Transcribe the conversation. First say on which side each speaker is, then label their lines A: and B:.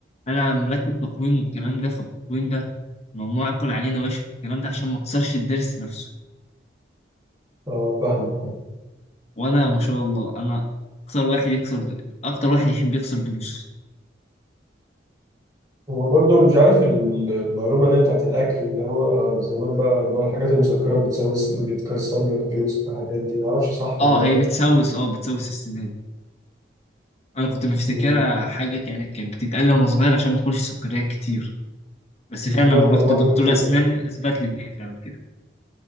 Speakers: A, on the left; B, on the right.
A: أنا مركب تقويم والكلام ده فالتقويم ده ممنوع آكل عليه نواشف والكلام ده عشان ما أكسرش الضرس نفسه
B: اه فاهمك فاهم.
A: وأنا ما شاء الله أنا أكتر واحد يكسر أكتر واحد يحب يكسر ضروسه
B: هو برضو مش عارف ال- المعلومة اللي هي بتاعت الأكل اللي هو زمان بقى اللي هو الحاجات المسكرة بتسوس بتكسر لك الدروس والحاجات دي معرفش صح
A: اه
B: ولا لأ
A: هي بتسوس اه بتسوس السنان أنا كنت مفتكرها
B: مم.
A: حاجة كانت كانت بتتقال لي وأنا صغير عشان ما آكلش سكريات كتير بس
B: بالظبط
A: فعلا لما رحت
B: أنا برضو
A: لدكتور
B: كنت مف-
A: أسنان أثبت لي إن هي فعلا كده